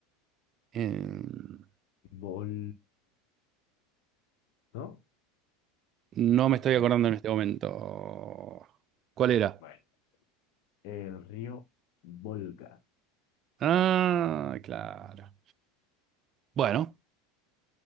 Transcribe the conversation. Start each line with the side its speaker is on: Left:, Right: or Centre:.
Right: Em,
Left: Vol... ¿No?
Right: no me estoy acordando
Left: Mm,
Right: en este momento. ¿Cuál era?
Left: Bueno, el río Volga.
Right: Ah, claro. Bueno.